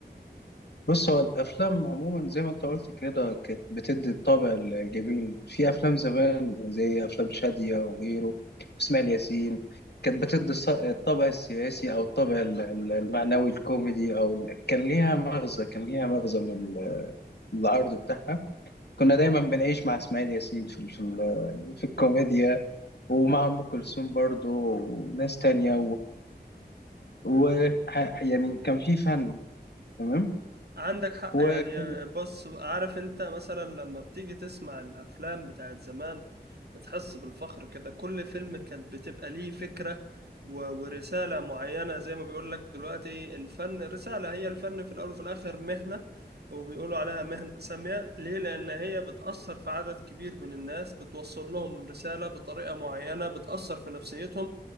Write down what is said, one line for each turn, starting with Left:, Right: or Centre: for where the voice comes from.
Left: بص هو الافلام عموما زي ما انت قلت كده كانت بتدي الطابع الجميل في افلام زمان زي افلام شادية وغيره اسماعيل ياسين كانت بتدي الص- الطابع السياسي او الطابع ال- ال- المعنوي الكوميدي او ال- كان ليها مغزى كان ليها مغزى من ال- العرض بتاعها كنا دايما بنعيش مع اسماعيل ياسين في ال- في ال- في الكوميديا ومع ام كلثوم برضه وناس تانية و ه- يعني كان في فن تمام
Right: عندك حق
Left: وكان
Right: يعني بص عارف انت مثلا لما بتيجي تسمع الافلام بتاعت زمان بتحس بالفخر كده كل فيلم كان بتبقى ليه فكرة و- ورسالة معينة زي ما بيقول لك دلوقتي الفن رسالة هي الفن في الاول وفي الاخر مهنة وبيقولوا عليها مهنة سامية ليه لان هي بتأثر في عدد كبير من الناس بتوصل لهم رسالة بطريقة معينة بتأثر في نفسيتهم